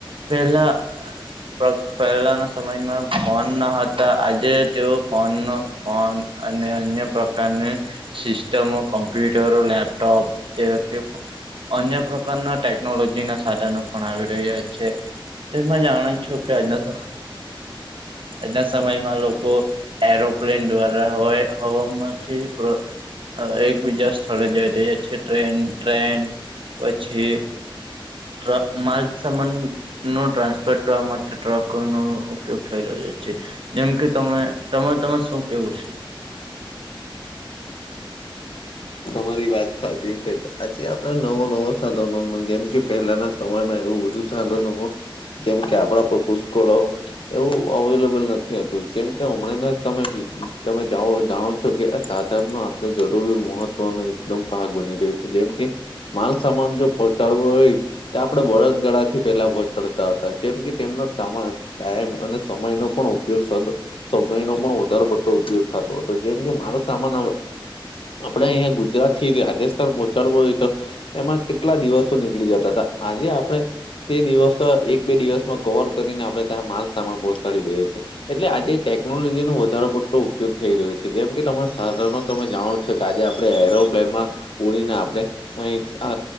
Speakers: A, on the right; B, on the left.
A: પેલા પ્ર પહેલાંના સમયમાં ફોન ના હતા આજે તેઓ ફોનનો ફોન અને અન્ય પ્રકારની સિસ્ટમો કમ્પ્યુટરો, લેપટોપ જેઓ કે અન્ય પ્રકારના ટેકનોલોજીના સાધનો પણ આવી રહ્યા છે. તેમાં જાણો છો કે આજના આજના સમયમાં લો કો એરોપ્લેન દ્વારા હોય હવામાંથી પ્ર એક બીજા સ્થળે જઈ રહ્યા છે ટ્રેન ટ્રેન પછી ટ્રક માલ સામાન નો ટ્રાન્સપોર્ટ કરવા માટે ટ્રકોનો ઉપયોગ થઈ રહ્યો છે. જેમ કે તમે તમા તમા શું કેવું છે?
B: તમારી વાત સાચી છે આજે આપડે નવો નવો સાધનો ન જેમ કે પહેલાના સમયમાં એવું બધું સાંધો નો જેમ કે આપડા પપુકળ એવું અવેલેબલ નથી હતું જેમ કે હમણાંને તમે તમે જાણો છો કે સાધાર ન આપણે જરૂરી મહત્વનો એકદમ ભાગ બની રહ્યો છે જેમ કે માલ સામાન જો પહચાડવો હોય તે આપડે બડદગાળ થી પેલા પહોંચડતા હતા જેમ કે તેમનો ટાઈમ અને સમય નો પણ ઉપયોગ સદ સમય નો પણ વધારો પડતો ઉપયોગ થતો હતો જેમ કે મારો સામાન આપડે અહીંયા ગુજરાત થી રાજસ્થાન પહોંચાડવું હોય તો એમાં કેટલા દિવસો નીકળી જતા હતા આજે આપણે તે દિવસ એક બે દિવસમાં કવર કરીને આપડણે ત્યા માલ સામાન પહોંચાડી દઈએ છીએ એટલે આજે ટેકનોલોજી નો વધારો પડતો ઉપયોગ થઈ રહ્યો છે જેમ કે તમારા સાધનો તમે જાણો છો આજે આપડે એરોપ્લેનમાં ઉડીને આપડણે અ